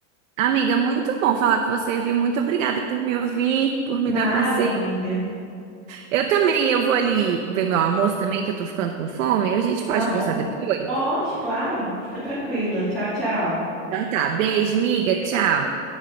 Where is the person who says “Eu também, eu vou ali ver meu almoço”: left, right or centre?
Right